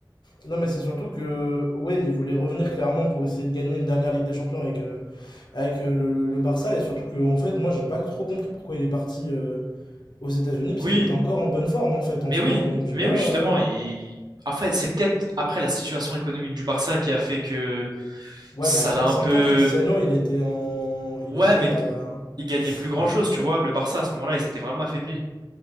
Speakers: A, on the left; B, on the right.
A: Non, mais c'est surtout que, ouais, il voulait revenir clairement pour essayer de gagner une dernière Ligue des Champions avec, euh, avec euh, le, le Barça. Et surtout que, en fait, moi, j'ai pas trop compris pourquoi il est parti. euh, aux États-Unis, parce
B: Oui,
A: qu'il était encore en bonne forme en fait en
B: mais
A: soi.
B: oui,
A: hein. donc j'ai
B: mais
A: pas.
B: oui, justement.
A: euh,
B: Il... Après, c'est peut-être après la situation économique du Barça qui a fait que
A: Ouais,
B: ça
A: mais à 35
B: l'a un peu.
A: ans, Cristiano, il était en. Il
B: Ouais,
A: était
B: mais
A: à.
B: p- il gagnait plus grand-chose,
A: Ouais.
B: tu vois. Le Barça à ce moment-là, ils étaient vraiment affaiblis.